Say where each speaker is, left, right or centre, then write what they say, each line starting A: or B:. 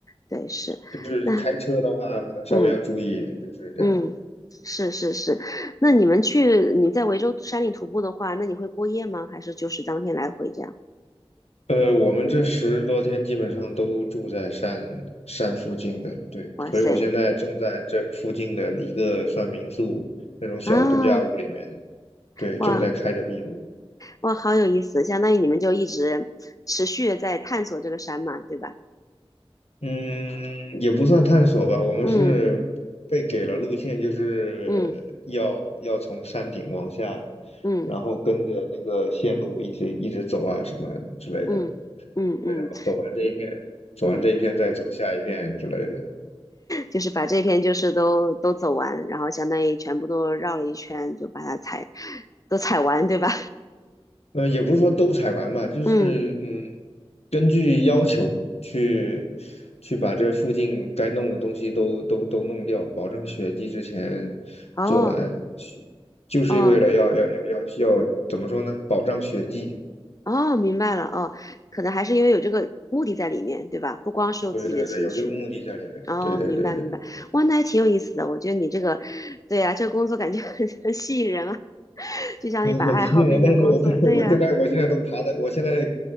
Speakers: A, on the left (about 35°); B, on the left (about 85°).
A: 对，是，
B: 就是开车的话，
A: 那
B: 可能稍微要注意，
A: 嗯
B: 就是这样。
A: 嗯，是是是，那你们去你在维州山里徒步的话，那你会过夜吗？还是就是当天来回这样？
B: 呃，我们这十多天基本上都住在山山附近的，对，
A: 哇塞
B: 所以我现在正在这附近的一个算民宿那种小度假屋里面，
A: 啊，
B: 对，
A: 哇
B: 正在开着壁炉，
A: 哇，好有意思，相当于你们就一直持续的在探索这个山嘛，对吧？
B: 嗯，也不算探索吧，我们是被给了路线，
A: 嗯
B: 就是要要从山顶往下，
A: 嗯嗯
B: 然后跟着那个线路一直一直走啊什么之类的，
A: 嗯嗯嗯嗯
B: 对，然后走完这一片，走完这一片再走下一片之类的。
A: 嗯。就是把这篇就是都都走完，然后相当于全部都绕了一圈，就把它踩都踩完，对吧？
B: 嗯，呃也不是说都采完吧，就是嗯，
A: <laughs> 嗯，
B: 根据要求去去把这附近该弄的东西都都都弄掉，保证血迹之前做完，
A: 哦
B: 雪就是为了要要要要要怎么说呢？
A: 哦
B: 保障血迹，
A: 哦，明白了哦，可能还是因为有这个目的在里面，对吧？不光是我自己的兴趣。
B: 对对对，有这个目的在里面。
A: 哦，
B: 对对对对，
A: 明白明白，哇，那还挺有意思的。我觉得你这个，对呀、这个工作感觉 <laughs> 很很吸引人啊，<laughs>
B: <laughs>
A: 就像你把爱好变成工作，
B: 嗯，很吸引人。但是我在我现在我现在都爬在，
A: 对呀、
B: 我现在